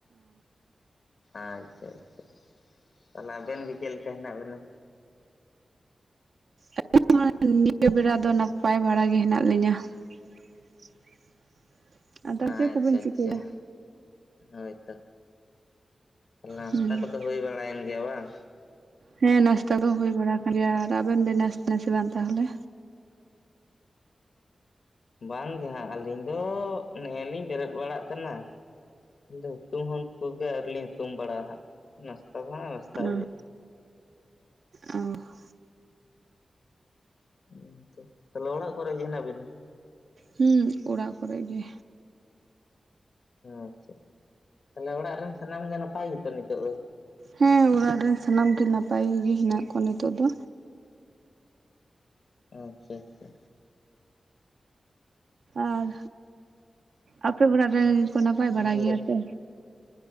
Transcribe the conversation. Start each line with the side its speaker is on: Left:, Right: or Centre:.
Left: ᱟᱪᱪᱷᱟ ᱟᱪᱪᱷᱟ ᱛᱟᱦᱚᱞᱮ ᱟᱵᱮᱱ ᱜᱮ ᱪᱮᱫ ᱞᱮᱠᱟ ᱦᱮᱱᱟᱜ ᱵᱮᱱᱟ?
Right: <unintelligible> ᱱᱤᱭᱟᱹ ᱵᱮᱲᱟ ᱫᱚ ᱱᱟᱯᱟᱭ ᱵᱟᱲᱟ ᱜᱮ ᱦᱮᱱᱟᱜ ᱞᱤᱧᱟ <inaudible> ᱟᱫᱚ
Left: ᱟᱪᱪᱷᱟ
Right: ᱪᱮᱫ ᱠᱚᱵᱤᱱ ᱪᱤᱠᱟᱹᱭᱫᱟ?
Left: ᱟᱪᱪᱷᱟ ᱦᱳᱭ ᱛᱚ ᱛᱟᱦᱚᱞᱮ ᱱᱟᱥᱛᱟ
Right: ᱦᱩᱸ
Left: ᱠᱚᱫᱚ ᱦᱩᱭ ᱵᱟᱲᱟᱭᱮᱱ ᱜᱮᱭᱟ ᱵᱟᱝ
Right: ᱦᱮᱸ ᱱᱟᱥᱛᱟ ᱫᱚ ᱦᱩᱭ ᱵᱟᱲᱟ ᱟᱠᱟᱱ ᱜᱮᱭᱟ, ᱟᱨ ᱟᱵᱮᱱ ᱵᱮᱱ ᱱᱟᱥᱛᱟ ᱱᱟᱥᱮ ᱵᱟᱝ ᱛᱟᱦᱚᱞᱮ
Left: ᱵᱟᱝ ᱜᱮ ᱦᱟᱸᱜ ᱟᱹᱞᱤᱧ ᱫᱚ ᱱᱮᱜᱼᱮ ᱞᱤᱧ ᱵᱮᱨᱮᱫ ᱵᱟᱲᱟᱜ ᱠᱟᱱᱟ <unintelligible> ᱦᱩᱛᱩᱢ ᱦᱚᱸ ᱠᱚᱜᱮ ᱟᱹᱣᱨᱤ ᱞᱤᱧ ᱦᱩᱛᱩᱢ ᱵᱟᱲᱟᱜᱼᱟ ᱦᱟᱜ ᱱᱟᱥᱛᱟ ᱫᱚ ᱦᱟᱸᱜ ᱱᱟᱥᱛᱟᱭ
Right: ᱩᱦ ᱚᱦ
Left: ᱦᱩᱸ ᱛᱚ ᱛᱟᱦᱞᱮ ᱚᱲᱟᱜ ᱠᱚᱨᱮ ᱦᱮᱱᱟᱜ ᱵᱤᱱᱟ
Right: ᱦᱩᱸ ᱚᱲᱟᱜ ᱠᱚᱨᱮᱜ ᱜᱮ
Left: ᱟᱪᱪᱷᱟ ᱛᱟᱦᱞᱮ ᱚᱲᱟᱜ ᱨᱮᱱ ᱥᱟᱱᱟᱢ ᱜᱮ ᱱᱟᱯᱟᱭ ᱜᱮᱛᱚ ᱱᱤᱛᱚᱜ ᱫᱚ
Right: ᱦᱮᱸ ᱚᱲᱟᱜ ᱨᱮᱱ ᱥᱟᱱᱟᱢ ᱜᱮ ᱱᱟᱯᱟᱭ ᱜᱮ ᱦᱮᱱᱟᱜ ᱠᱚᱣᱟ ᱱᱤᱛᱚᱜ ᱫᱚ
Left: ᱟᱪᱪᱷᱟ ᱟᱪᱪᱷᱟ
Right: ᱟᱨ ᱟᱯᱮ ᱚᱲᱟᱜ ᱨᱮ ᱠᱚ ᱱᱟᱯᱟᱭ
Left: ᱟᱪᱪᱷᱟ
Right: ᱵᱟᱲᱟ ᱜᱮᱭᱟ ᱥᱮ